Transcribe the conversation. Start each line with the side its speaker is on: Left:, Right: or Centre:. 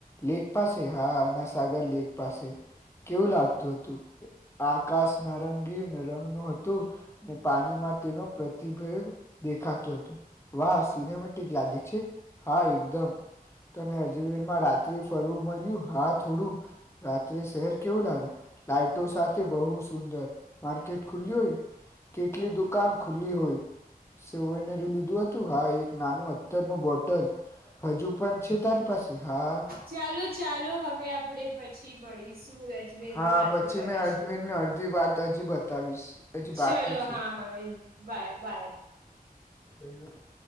Left: લેક પાસે હા અના સાગર લેક પાસે કેવું લાગતું હતું આકાશ નારંગીન રંગનું હતું. ને પાણીમાં તેનો પ્રતિભય દેખાતું હતું. વાહ સિનેમેટિક લાગે છે હા એકદમ તને અજમેરમાં રાત્ર્રી ફરવું મળ્યું હા થોડું રાત્રે શહેર કેવું લાગે લાઈટો સાથે બહુ સુંદર માર્કેટ ખુલ્લી હોય કેટલી દુકાન ખુલ્લી હોય સેવયનેરી લીધું હતું હા એક નાનું અતરનું બોટલ હજુ પણ છે? તારી પાસે હા
Right: ચાલો ચાલો હવે આપડે પછી મળીશું અજમેરની
Left: હા
Right: વાતો
Left: પછી
Right: કરીશું
Left: મેં અજમેરની અડધી વાત અજીબત બતાવીશ હજી
Right: ચલો
Left: બાકી છે
Right: હા હા બાય બાય.
Left: સેયુક.